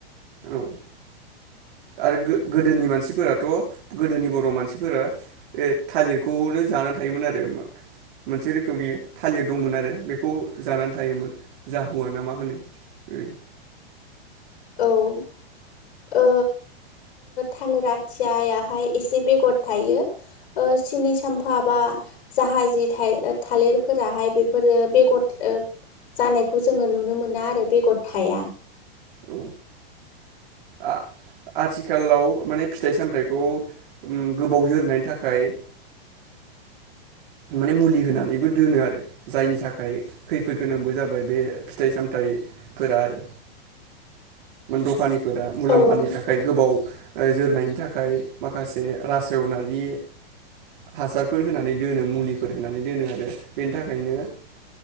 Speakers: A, on the right; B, on the left.
A: औ आरो गोदोनि मानसिफोराथ' गोदोनि बर' मानसिफोरा थालिरखौनो जानानै थायोमोन आरो मोनसे रोखोमनि थालिर दंमोन आरो बेखौ जानानै थायोमोन जाहुवा ना मा होनो बेबायदि
B: औ थालिर आथियाहाय एसे बेगर थायो सिनि साम्फा बा जाहाजि थालिरफोराहाय बेफोरो बेगर जानायखौ जोङो नुनो मोना आरो बेगर थाया
A: औ आ-आथिखालाव माने फिथाइ सामथाइखौ गोबाव जोरनायनि थाखाय माने मुलि होनानैबो दोनो आरो जायनि थाखाय खैफोद गोनांबो जाबाय बे फिथाइ सामथाइफोरा आरो दखानि फोर मुलाम्फानि
B: औ औ
A: थाखाय गोबाव जोरनायनि थाखाय माखासे रासेवनारि हासारफोर होनानै दोनो मुलिफोर होनानै दोनो आरो बेनि थाखायनो